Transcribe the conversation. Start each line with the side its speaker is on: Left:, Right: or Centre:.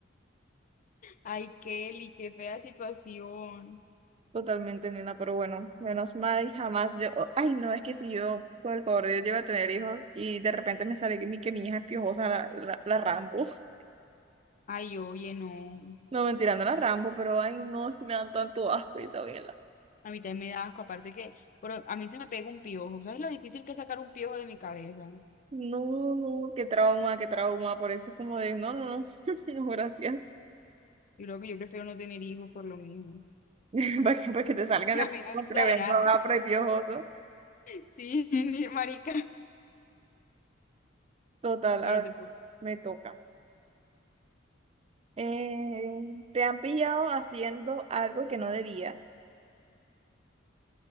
Left: ay, Kelly, qué fea situación.
Right: Totalmente, nena, pero bueno, menos mal, jamás yo, oh, ay no, es que si yo, por el favor de Dios, llego a tener hijos y de repente me sale que mi, que mi hija es piojosa, la, la, la Rambo, <laughs>
Left: Ay, oye, no.
Right: no, mentira, no la Rambo, pero ay no, es que me dan tanto asco, Isabela,
Left: A mí también me da asco, aparte que, pero a mí se me pega un piojo. ¿Sabes lo difícil que es sacar un piojo de mi cabeza?
Right: no, no, qué trauma, qué trauma, por eso es como de, no, no, no, <laughs> no, gracias,
Left: Yo creo que yo prefiero no tener hijos por lo mismo.
Right: <laughs> para que, para que te salgan
Left: <laughs>
Right: de
Left: A mí no
Right: con
Left: exagerar.
Right: tremendo apro y piojoso,
Left: Sí, <laughs> ni- marica.
Right: total,
Left: Bueno,
Right: a ver,
Left: te toca.
Right: me toca, Eh, te han pillado haciendo algo que no debías,